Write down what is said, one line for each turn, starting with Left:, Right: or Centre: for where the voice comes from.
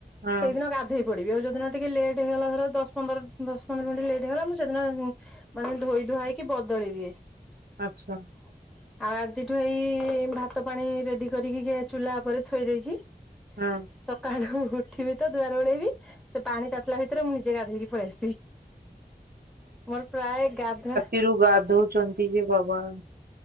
Right: ହଁ
Centre: ସେଇଦିନ ଗା ଧେଇ ପଡ଼ିବି ଆଉ ଯୋଉ ଦିନ ଟିକେ ଲେଟ୍ ହେଇଗଲା ଧର ଦଶ ପନ୍ଦର ଦଶ ପନ୍ଦର ମିଣ୍ଟି ଲେଟ୍ ହେଇଗଲା ମୁଁ ସେଦିନ ଉଁ ମାନେ ଧୋଇ ଧୁଆ ହେଇକି ବଦଳି ଦିଏ।
Right: ଆଚ୍ଛା।
Centre: ହ ହ ଆଉ ଆଜିଠୁ ଏଇ ଭାତ ପାଣି ରେଡ଼ି କରିକି ଗ୍ୟା ଚୁଲା ଓପରେ ଥୋଇ ଦେଇଚି।
Right: ହୁଁ।
Centre: ସକାଳୁ ଉଠିବି ତ ଦୁଆର ଓଳେଇବି। ସେ ପାଣି ତାତିଲା ଭିତରେ ମୁଁ ନିଜେ ଗାଧେଇକି ପଳିଆସଥିବି। ମୋର ପ୍ରାୟ ଗାଧା
Right: ଇରୁ ଗାଧଉଚନ୍ତି ଯେ ବାବା!